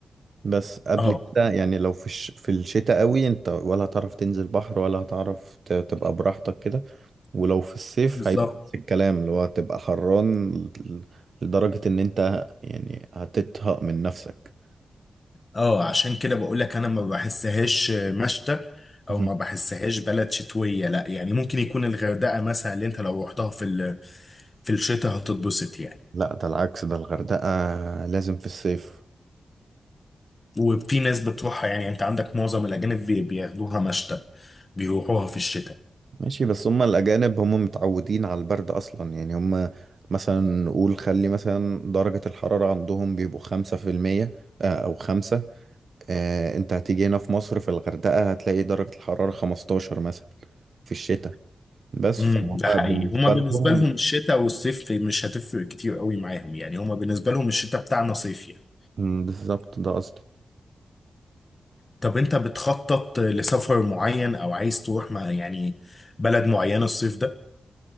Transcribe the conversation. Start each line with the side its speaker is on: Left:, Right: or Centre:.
Right: بس قبل
Left: اه
Right: كده يعني لو في الش... في الشتاء قوي انت ولا هتعرف تنزل بحر ولا هتعرف ت... تبقى براحتك كده ولو في الصيف
Left: بالظبط
Right: هيبقى نفس الكلام اللي هو هتبقى حران ل- لدرجة ان انت يعني هتتهق من نفسك
Left: اه عشان كده بقول لك انا ما بحسهاش مشتى
Right: <laughs>
Left: او ما بحسهاش بلد شتوية لا يعني ممكن يكون الغردقة مثلا اللي انت لو رحتها في ال... في الشتاء هتتبسط يعني
Right: لا ده العكس ده الغردقة لازم في الصيف
Left: وفي ناس بتروحها يعني انت عندك معظم الاجانب بي- بياخدوها مشتى بيروحوها في الشتاء
Right: ماشي بس هم الأجانب هم متعودين على البرد أصلا يعني هم مثلا نقول خلي مثلا درجة الحرارة عندهم بيبقوا خمسة في المية آه، أو خمسة آه، أنت هتيجي هنا في مصر في الغردقة هتلاقي درجة الحرارة خمستاشر مثلا في الشتاء بس
Left: امم
Right: فهم
Left: ده حقيقي
Right: بالنسبة
Left: هما بالنسبه
Right: لهم
Left: لهم الشتاء والصيف مش هتفرق كتير قوي معاهم يعني هما بالنسبه لهم الشتاء بتاعنا صيف يعني
Right: مم، بالظبط ده قصدي
Left: طب انت بتخطط لسفر معين او عايز تروح مع يعني بلد معينه الصيف ده